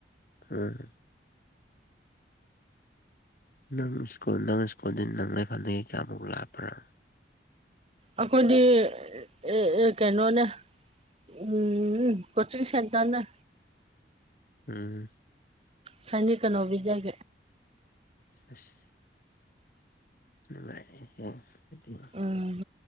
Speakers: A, on the left; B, on the right.
A: ꯎꯝ ꯅꯪ ꯏꯁ꯭ꯀꯨꯜ ꯅꯪ ꯁ꯭ꯀꯨꯜꯗ ꯅꯪ ꯂꯩꯈꯗꯗꯒꯤ <unintelligible> ꯑꯦꯛꯖꯥꯝꯃꯨꯛ ꯂꯥꯛꯄ꯭ꯔꯥ
B: ꯑꯩꯈꯣꯏꯗꯤ ꯑꯦ ꯀꯩꯅꯣꯅꯦ ꯎꯝ ꯀꫭꯆꯤꯡ ꯁꯦꯟꯇꯔꯅ‌ꯦ
A: ꯎꯝ
B: ꯁꯅꯤꯀꯅꯣꯕꯤꯗꯦ <unintelligible>
A: ꯑꯁ <unintelligible> <inaudible>
B: ꯎꯝ